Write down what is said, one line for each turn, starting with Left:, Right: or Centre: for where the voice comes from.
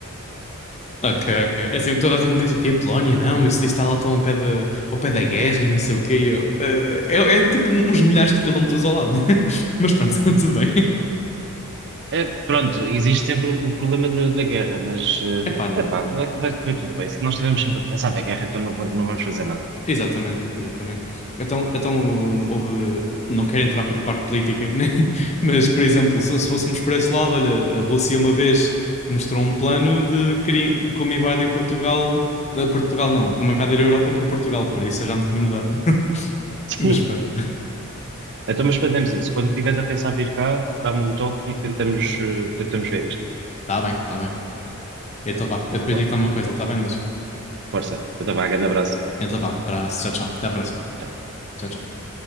Left: Ok, ok. É assim, o que toda a gente diz o quê? Polónia, não, isso, isso está lá tão ao pé, de, ao pé da guerra e não sei o quê. E Eu, eh, é, é tipo um, uns milhares de quilómetros ao lado. <laughs> Mas pronto, <laughs> tudo bem.
Right: É, pronto, existe sempre o, o problema da, da guerra, mas,
Left: Epá,
Right: ah, epá, vai, vai correr tudo bem. Se nós estivermos sempre a pensar na guerra, então não, va- não vamos fazer nada.
Left: Exatamente, exatamente. Então, então hum, houve, não quero entrar por parte política, né? <laughs> Mas, por exemplo, se, se fôssemos por esse lado, olha, a Rússia uma vez mostrou um plano de cri- como invadir Portugal, eh, Portugal não, de como invadir a Europa por Portugal, por isso eu já me tinha mudado. <laughs>
Right: <laughs>
Left: Mas pronto,
Right: Então, mas fazemos isso. Quando estiveres a pensar vir cá, dá-me um toque e tentamos, eh, tentamos ver isto.
Left: está bem, tá bem. Então vá, eu depois
Right: Boa,
Left: digo-te uma coisa, tá bem, Luís?
Right: força. Então, vá, grande abraço.
Left: Então vá, abraço, tchau, tchau, até à próxima.
Right: Tchau.
Left: Tchau, tchau.